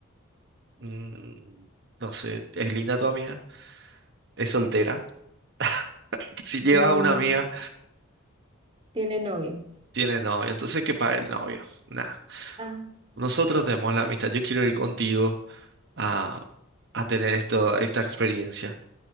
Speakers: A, on the right; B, on the right.
A: mm, no sé, es linda tu amiga, es soltera. <laughs> Si llevas
B: Mm,
A: a una amiga,
B: ¿Tiene novio?
A: tiene novio, entonces que pague el novio. Nada.
B: ah,
A: Nosotros tenemos la amistad. Yo quiero ir contigo a, a tener esto, esta experiencia.